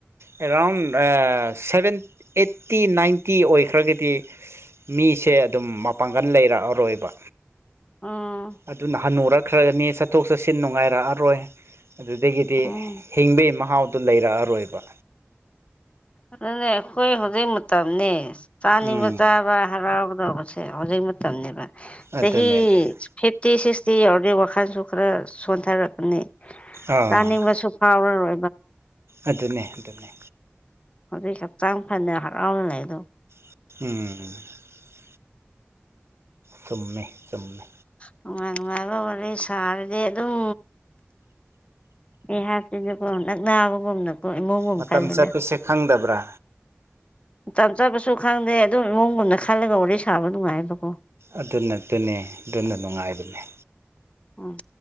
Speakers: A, on the right; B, on the left.
A: ꯑꯦꯔꯥꯎꯟ ꯑꯥ ꯁꯚꯦꯟ ꯑꯩꯠꯇꯤ ꯅꯥꯏꯟꯇꯤ ꯑꯣꯏꯈ ꯈ꯭ꯔꯒꯗꯤ ꯃꯤꯁꯦ ꯑꯗꯨꯝ ꯃꯄꯥꯡꯒꯜ ꯂꯩꯔꯛꯑꯔꯣꯏꯕ
B: ꯎꯝ
A: ꯑꯗꯨꯅ ꯍꯟꯅꯨꯔꯛꯈ꯭ꯔꯅꯤ ꯆꯠꯊꯣꯛ ꯆꯠꯁꯤꯟ ꯅꯨꯡꯉꯥꯏꯔꯛꯑꯔꯣꯏ ꯑꯗꯨꯗꯒꯤꯗꯤ
B: ꯎꯝ
A: ꯍꯤꯡꯕꯒꯤ ꯃꯍꯥꯎꯗ‌ꯣ ꯂꯩꯔꯛꯑꯔꯣꯏꯕ
B: ꯑ ꯑꯗꯨꯅꯦ ꯑꯩꯈꯣꯏ ꯍꯧꯖꯤꯛ ꯃꯇꯝꯅꯦ ꯆꯥꯅꯤꯡꯕ
A: ꯎꯝ
B: ꯆꯥꯕ ꯍꯔꯥꯎꯕ ꯗ‌ꯣꯕ ꯁꯦ ꯍꯧꯖꯤꯛ ꯃꯇꯝꯅꯤꯕ ꯆꯍꯤ
A: ꯑꯗꯨꯅꯦ ꯑꯗꯨꯅꯦ
B: ꯐꯤꯞ ꯇꯤ ꯁꯤꯛꯁꯇꯤ ꯌꯥꯎꯔꯗꯤ ꯋꯥꯈꯜꯁꯨ ꯈꯔ ꯁꯣꯟꯊꯔꯛꯀꯅꯤ
A: ꯑꯥ
B: ꯇꯥꯅꯤꯡꯕꯁꯨ ꯐꯥꯎꯔꯔꯣꯏ
A: ꯑꯗꯨꯅꯦ ꯑꯗꯨꯅꯦ
B: ꯍꯧꯖꯤꯛ ꯍꯛꯆꯥꯡ ꯐꯖꯅ ꯍꯔꯥꯎꯅ ꯂꯩꯗꯣ
A: ꯎꯝ ꯆꯨꯝꯃꯦ ꯆꯨꯝꯃꯦ
B: ꯅꯨꯡꯉꯥꯏ ꯅꯨꯡꯉꯥꯏꯕ ꯋꯥꯔꯤ ꯁꯥꯔꯗꯤ ꯑꯗꯨꯝ ꯑꯦ ꯍꯥꯞꯇꯤꯟꯁꯨꯀꯣ ꯅꯛ ꯅꯥꯕꯒꯨꯝꯅꯀꯣ ꯏꯃꯨꯡꯒꯨꯝ
A: ꯃꯇꯝ
B: ꯈꯜꯂꯦꯗ
A: ꯆꯠꯄꯁꯦ ꯈꯪꯗꯕ꯭ꯔꯥ
B: ꯆꯞ ꯆꯥꯕꯁꯨ ꯈꯪꯗꯦ ꯑꯗꯨꯝ ꯏꯃꯨꯡꯒꯨꯝꯗ ꯈꯜꯂꯒ ꯋꯥꯔꯤ ꯁꯥꯕ ꯅꯨꯡꯉꯥꯏꯕꯀꯣ
A: ꯑꯗꯨꯅ ꯑꯗꯨꯅꯦ ꯑꯗꯨꯅ ꯅꯨꯡꯉꯥꯏꯕꯅ‌ꯦ
B: ꯎꯝ